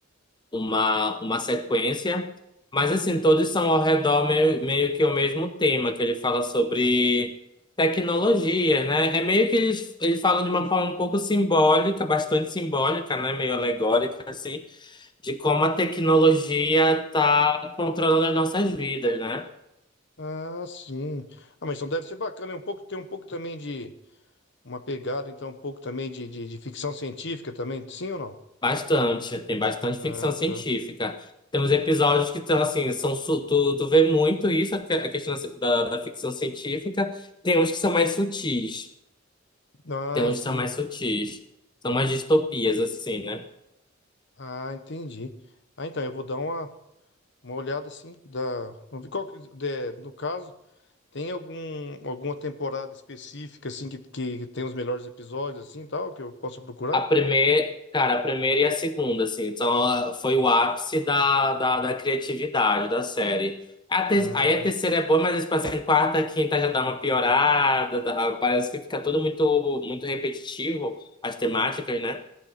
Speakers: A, on the left (about 25°); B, on the left (about 60°).
A: uma, uma sequência, mas assim, todos são ao redor meio, meio que o mesmo tema, que ele fala sobre tecnologia, né? É meio que ele, ele fala de uma forma um pouco simbólica, bastante simbólica, né? Meio alegórica, assim, de como a tecnologia está controlando as nossas vidas, né?
B: Ah, sim. Ah, mas então deve ser bacana, é um pouco tem um pouco também de uma pegada, então um pouco também de, de, de ficção científica também, sim ou não?
A: Bastante, tem bastante
B: Ah,
A: ficção científica.
B: tá.
A: Temos episódios que estão assim, são, su- tu, tu vê muito isso, a que- a questão da, da da ficção científica. Tem uns que são mais sutis.
B: Ah,
A: Tem uns
B: sim.
A: que são mais sutis. São mais distopias, assim, né?
B: Ah, entendi. Ah, então eu vou dar uma Uma olhada assim da. Vamos ver Qual que, de- no caso, tem algum, alguma temporada específica assim que, que tem os melhores episódios assim tal que eu posso procurar?
A: A primeira, cara, a primeira e a segunda, assim. Então, ah, foi o ápice da, da, da criatividade da série. A te-
B: Ah,
A: aí a terceira é boa, mas, tipo assim, quarta, quinta já dá uma piorada. dá- parece que fica tudo muito, muito repetitivo, as temáticas, né?